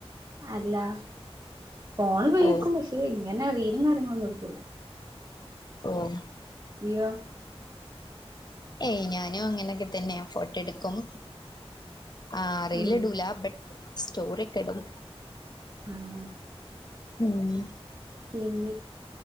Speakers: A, on the right; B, on the left.
A: അല്ലാ ഫോൺ ഉപയോഗിക്കും
B: ഓ
A: പക്ഷേ ഇങ്ങനെ റിയലും കാര്യങ്ങളും ഒന്നും എടുക്കൂലാ
B: ഓഹോ
A: ജിയോ
B: ഏയ് ഞാനും അങ്ങനെക്കെതന്നെയാ ഫോട്ടോ എടുക്കും ആഹ് റീയല്
A: ഉം
B: ഇടൂല ബട്ട് സ്റ്റോറിക്കെയിടും
A: ഊം
B: മൂന്ന്
A: പിന്നെ